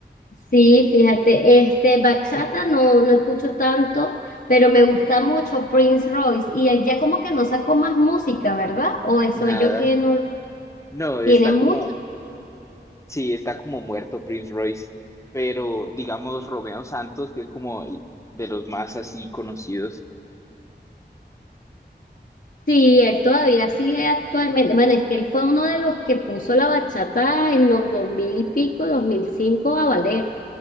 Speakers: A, on the left; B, on the left.
A: Sí, fíjate, este, bachata no, no escucho tanto, pero me gusta mucho Prince Royce. Y él ya como que no sacó más música, ¿verdad? O
B: Nada.
A: soy yo que no
B: No, está
A: tiene mucho.
B: como, sí, está como muerto Prince Royce, pero digamos Romeo Santos, que es como el- de los más así conocidos.
A: Sí, él todavía sigue actualmente. Bueno, es que él fue uno de los que puso la bachata en los 2000 y pico, dos mil cinco a valer.